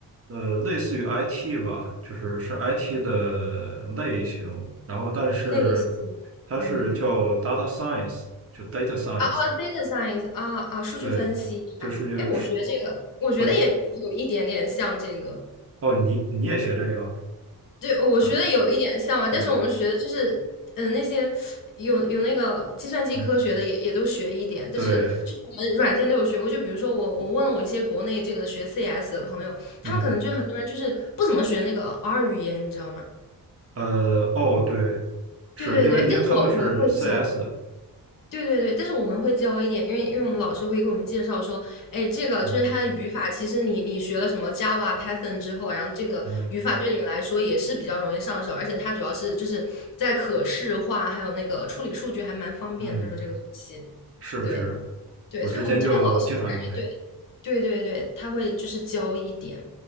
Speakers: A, on the right (about 40°); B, on the left (about 60°).
A: 呃类似于 IT 吧，就是是 IT 的类型，然后但是
B: 类似，
A: 它是叫
B: 嗯
A: data science，就 data science，
B: 啊啊，data science 啊啊，数据分析是吧？
A: 对，这数据是
B: 哎，我学这个，我觉得也有一点点像这个，
A: 哦哦，你你也学这个？
B: 对，我学的有一点像吧。
A: 嗯，
B: 但是我们学的就是，
A: 也
B: 嗯，那些有有那个计算机科学的也也都学一点，
A: 嗯
B: 但是就是我们软件都有学过。
A: 对
B: 就比如说我我问了我一些国内这个学 CS 的朋友，他们可能就很多人就是不怎么学那个
A: 嗯
B: R 语言，你知道吗？
A: 呃哦对，是因为因为他们是
B: 对对对，但是我我们会教。
A: CS 的，
B: 对对对，但是我们会教一点，因为因为我们老师会给我们介绍说，哎，这个就是它的语法，
A: 嗯
B: 其实你你学了什么 Java、Python 之后啊，然后这个语法对你们来说也是比较容易上手，
A: 嗯
B: 而且它主要是就是在可视化，还有那个处理数据还蛮方便。
A: 嗯，
B: 他说这个东西，
A: 是是，
B: 对对，
A: 我之前就经常用这个，
B: 所以我们这边老师我感觉对对对对，他会就是教一点。